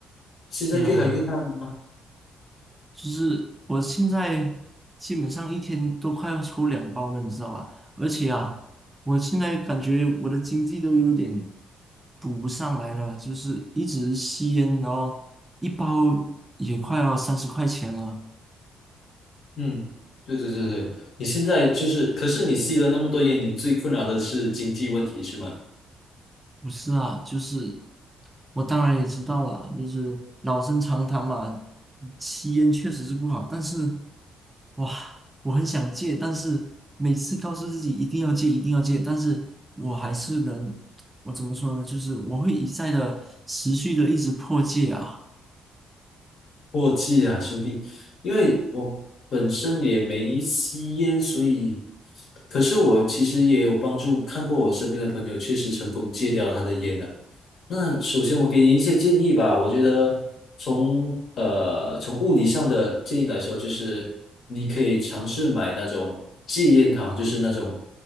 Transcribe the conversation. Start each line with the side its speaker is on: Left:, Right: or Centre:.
Right: 是啊，
Left: 现在越来越大了吗？
Right: 就是我现在基本上一天都快要抽两包了，你知道吧？而且啊，我现在感觉我的经济都有点补不上来了，就是一直吸烟，然后一包也快要三十块钱了。
Left: 嗯，对对对对，你现在就是，可是你吸了那么多烟，你最困扰的是经济问题是吗？
Right: 不是啊，就是我当然也知道了，就是老生常谈嘛，吸烟确实是不好，但是哇，我很想戒，但是每次告诉自己一定要戒，一定要戒，但是我还是能，我怎么说呢？就是我会一再的持续的一直破戒啊。
Left: 过季啊，兄弟，因为我本身也没吸烟，所以，可是我其实也有帮助，看过我身边的朋友确实成功戒掉他的烟的。那首先我给你一些建议吧，我觉得从呃从物理上的建议来说，就是你可以尝试买那种戒烟糖，就是那种